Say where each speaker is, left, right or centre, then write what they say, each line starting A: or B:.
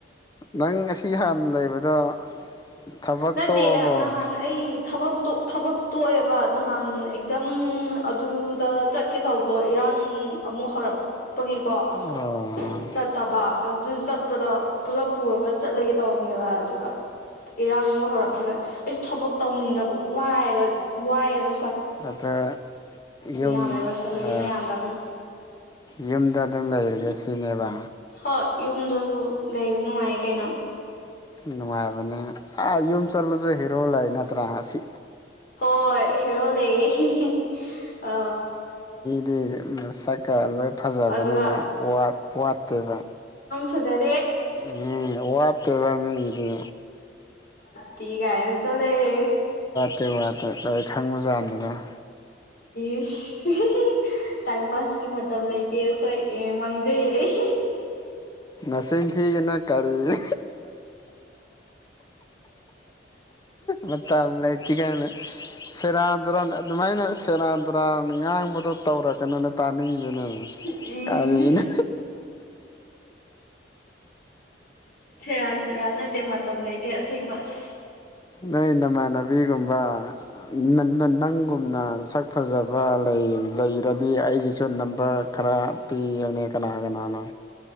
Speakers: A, on the left (about 20°); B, on the left (about 60°).
A: ꯅꯪ ꯑꯁꯤ ꯍꯥꯟꯅ ꯂꯩꯕꯗꯣ ꯊꯕꯛ
B: ꯅꯠꯇꯦ
A: ꯇꯣꯛꯑꯕꯣ
B: ꯅꯍꯥꯟ ꯑꯩ ꯏ ꯊꯕ ꯊꯕꯛ ꯇꯣꯛꯑꯦꯕ ꯅꯍꯥꯟ ꯑꯦꯛꯖꯝ ꯑꯗꯨꯗ ꯆꯠꯀꯦ ꯇꯧꯕꯗꯣ ꯏꯔꯥꯡ ꯑꯃꯨꯛ ꯍꯧꯔꯛꯄ ꯄꯒꯤꯀꯣ
A: ꯑꯣ
B: ꯆꯠꯇꯕ ꯑꯗꯨ ꯑꯗꯨ ꯆꯠꯄꯗ ꯄꯨꯂꯞ ꯄꯨꯔꯒ ꯆꯠꯂꯒꯦ ꯇꯧꯕꯧꯕꯅꯦꯕ ꯑꯗꯨꯒ ꯏꯔꯥꯡ ꯍꯧꯔꯛꯄꯗ ꯑꯩꯁꯨ ꯊꯕꯛ ꯇꯧꯅꯤꯡꯗ꯭ꯔꯕ ꯋꯥꯏꯒ ꯋꯥꯏꯕ
A: ꯑꯗ ꯌꯨꯝ
B: ꯌꯥꯝꯃꯦꯕ ꯁꯦꯂꯔꯤꯅ
A: ꯑ
B: ꯌꯥꯝꯗꯕꯅꯦ
A: ꯌꯨꯝꯗ ꯗꯨꯝ ꯂꯩꯔꯒꯦ ꯁꯤꯅꯦꯕ
B: ꯍꯣꯏ ꯌꯨꯝꯗꯁꯨ ꯂꯩꯕ ꯅꯨꯡꯉꯥꯏꯌꯦ ꯀꯩꯅꯣ
A: ꯅꯨꯡꯉꯥꯏꯕꯅꯦ ꯑꯥ ꯌꯨꯝ ꯆꯠꯂꯁꯨ ꯍꯤꯔꯣ ꯂꯩ ꯅꯠꯇ꯭ꯔꯥ ꯑꯁꯤ
B: ꯍꯣꯏ ꯍꯦꯔꯣ ꯂꯩ ꯌꯦ ꯑ
A: <unintelligible> ꯅꯁꯛꯀ ꯂꯣꯏ ꯐꯖꯕꯅꯤꯅ
B: ꯑꯗꯨꯒ
A: ꯋꯥꯠꯇꯦꯕ
B: ꯐꯖꯩ
A: ꯎꯝ ꯋꯥꯠ ꯇꯦꯕ ꯃꯤꯒꯤꯗꯤ
B: <unintelligible>
A: <unintelligible> ꯇꯂꯣꯏ ꯈꯪꯕꯖꯥꯠꯅꯤꯅ
B: ꯏꯁ ꯇꯥꯏꯝ ꯄꯥꯁꯀꯤ ꯃꯇꯝ ꯂꯩ ꯇꯦ ꯑꯩꯈꯣꯏ ꯑꯦ ꯃꯥꯡꯖꯩ ꯑꯩ
A: ꯅꯆꯤꯟ ꯊꯤꯒꯅ ꯀꫪꯤ ꯃꯇꯝ ꯂꯩꯇꯦ ꯀꯥꯏꯅ ꯁꯦꯔꯥꯟ ꯇꯨꯔꯥꯟ ꯑꯗꯨꯃꯥꯏꯅ ꯁꯦꯔꯥꯟ ꯇꯨꯔꯥꯟ ꯉꯥꯡꯕꯗꯣ ꯇꯧꯔꯛꯀꯅꯣꯅꯦ ꯇꯥꯅꯤꯡꯗꯦꯅꯦ
B: ꯏꯁ
A: ꯀꯔꯤꯅ
B: ꯁꯦꯔꯥꯟ ꯇꯨꯔꯥꯟ ꯅꯠꯇꯦ ꯃꯇꯝ ꯂꯩꯇꯦ ꯑꯁꯦꯡꯕ ꯑꯁ
A: ꯅꯣꯏ ꯅꯃꯥꯟꯅ ꯕꯤ ꯒꯨꯝꯕ ꯅ ꯅ ꯅꯪꯒꯨꯝꯅ ꯁꯛ ꯐꯖꯕ ꯂꯩ ꯂꯩ ꯔꯗꯤ ꯑꯩꯒꯤ ꯁꯨ ꯅꯝꯕꯔ ꯈꯔ ꯄꯤꯑꯣꯅꯦ ꯀꯅꯥ ꯀꯅꯥꯅꯣ